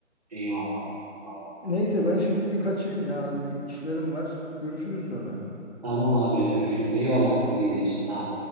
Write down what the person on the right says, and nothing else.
Eyvallah. Eyvallah.
Tamam abi ya görüşürüz. Eyvallah dinlediğin için sağ ol.